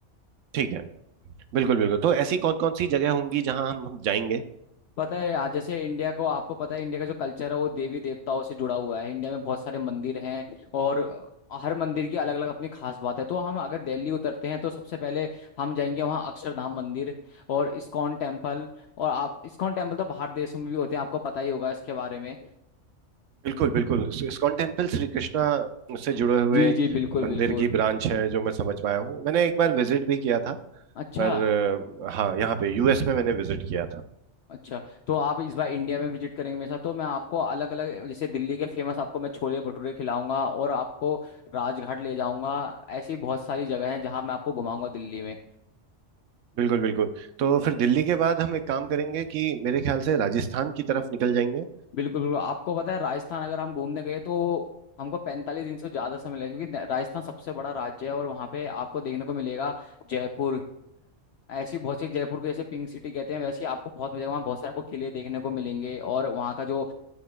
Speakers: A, on the right (about 85°); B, on the left (about 65°).
A: ठीक है बिल्कुल बिल्कुल तो ऐसी कौन कौन सी जगह होंगी जहाँ हम, हम जाएंगे
B: पता है आज जैसे इंडिया को आपको पता है इंडिया का जो कल्चर है वो देवी देवताओं से जुड़ा हुआ है इंडिया में बहुत सारे मंदिर हैं और हर मंदिर की अलग अलग अपनी खास बात है तो हम अगर दिल्ली उतरते हैं तो सबसे पहले हम जाएंगे वहाँ अक्षरधाम मंदिर और इस्कॉन टेम्पल और आप इस्कॉन टेम्पल तो बाहर देशों में भी होते हैं आपको पता ही होगा इसके बारे में
A: बिल्कुल बिल्कुल इस्कॉन टेम्पल श्री कृष्णा से जुड़े हुए
B: जी जी बिल्कुल
A: मंदिर
B: बिल्कुल
A: की ब्रांच है जो मैं समझ पाया हूँ मैंने एक बार विजिट भी किया था
B: अच्छा
A: पर अ, हाँ यहाँ पे यूएस में मैंने विजिट किया था
B: अच्छा तो आप इस बार इंडिया में विजिट करेंगे मेरे साथ तो मैं आपको अलग अलग जैसे दिल्ली के फेमस आपको मैं छोले भटूरे खिलाऊंगा और आपको राजघाट ले जाऊंगा ऐसी बहुत सारी जगह हैं जहां मैं आपको घुमाऊंगा दिल्ली में
A: बिल्कुल बिल्कुल तो फिर दिल्ली के बाद हम एक काम करेंगे कि मेरे ख्याल से राजस्थान की तरफ निकल जाएंगे
B: बिल्कुल बिल्कुल आपको पता है राजस्थान अगर हम घूमने गए तो हमको पैंतालीस दिन से ज़्यादा समय लगेगा क्योंकि राजस्थान सबसे बड़ा राज्य है और वहाँ पे आपको देखने को मिलेगा जयपुर ऐसी बहुत सी जयपुर को जैसे पिंक सिटी कहते हैं वैसे ही आपको बहुत मजा वहाँ बहुत सारे आपको किले देखने को मिलेंगे और वहाँ का जो